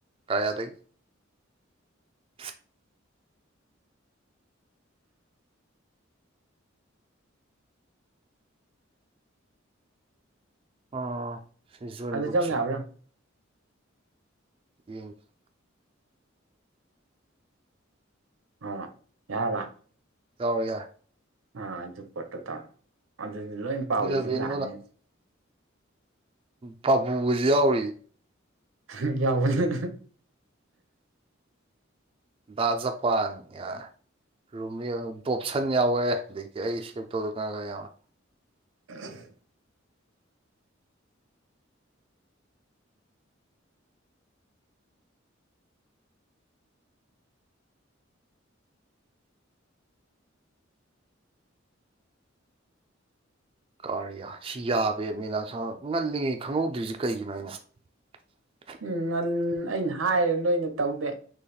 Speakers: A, on the right; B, on the right.
A: ꯀꯥꯌꯥꯗ ꯑꯟꯏꯟꯇꯦꯜꯂꯤꯖꯦꯕꯜ ꯑꯣ ꯁꯤꯖꯟꯒꯨꯞꯆꯁꯦ
B: ꯑꯗꯨ ꯆꯪ ꯌꯥꯕ꯭ꯔꯥ
A: ꯌꯦꯡꯁ
B: ꯑ ꯌꯥꯔꯕ
A: ꯌꯥꯎꯔꯦ ꯌꯥꯎꯔꯦ
B: ꯑꯥ ꯑꯗꯨ ꯄꯣꯠꯇꯣ ꯇꯧꯔꯣ ꯑꯗꯨꯅꯤ ꯂꯣꯏ ꯄꯥꯎꯏꯁꯤ
A: ꯏꯂꯚꯦꯟ
B: ꯂꯥꯛꯑꯅꯤ ꯍꯧꯖꯤꯛ
A: ꯕꯥꯥꯕꯨꯖꯨ ꯌꯥꯎꯔꯤꯌꯦ
B: ꯐꯝꯍꯝ ꯌꯥꯎꯕꯅꯤ
A: ꯕꯥ ꯥꯖ ꯄ ꯅ ꯌꯥ ꯔꯣꯝꯃꯤꯌꯣ ꯗꯣꯞꯁꯟ ꯌꯥꯎꯋꯦ ꯑꯗꯒꯤ ꯑꯩ ꯁꯦꯞ ꯇꯧꯗ ꯀꯅꯥ ꯀꯅꯥ ꯌꯥꯎꯋꯦ
B: ꯑꯝ
A: ꯀꯥꯔꯤꯌꯥ ꯁꯤ ꯌꯥꯕꯦ ꯃꯤꯂꯁ ꯉꯜꯂꯤꯉꯩ ꯈꯪꯍꯧꯗ꯭ꯔꯤꯁꯦ ꯀꯩꯒꯤꯅꯣ ꯑꯩꯅ ꯑꯟꯑꯣꯗꯤꯕꯜ
B: ꯎꯝ ꯉꯟ ꯑꯩꯅ ꯍꯥꯏꯔꯦ ꯅꯣꯏꯅ ꯇꯧꯗꯦ